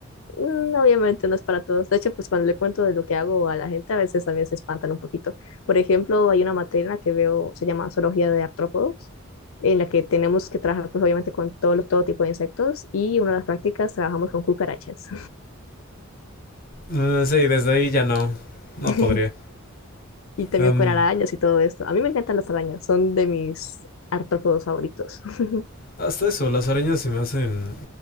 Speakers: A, on the left; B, on the left.
A: mm, obviamente no es para todos. De hecho, pues cuando le cuento de lo que hago a la gente, a veces también se espantan un poquito. Por ejemplo, hay una materia en la que veo, se llama Zoología de Artrópodos, en la que tenemos que trabajar, pues obviamente, con todo, lo- todo tipo de insectos y una de las prácticas trabajamos con cucarachas
B: Eh, sí, desde ahí ya no, no
A: <laughs>
B: podría.
A: y también
B: Em,
A: con arañas y todo esto. A mí me encantan las arañas, son de mis artrópodos favoritos. <laughs>
B: hasta eso, las arañas se me hacen,